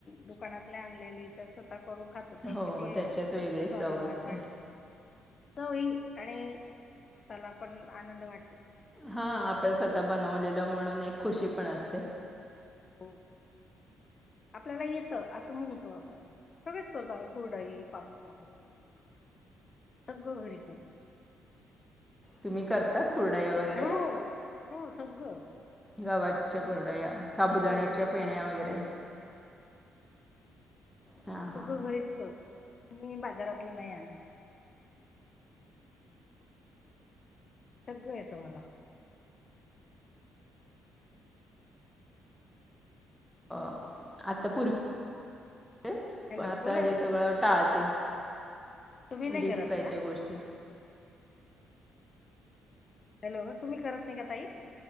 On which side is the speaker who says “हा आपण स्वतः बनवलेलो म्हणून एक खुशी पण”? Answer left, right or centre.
Centre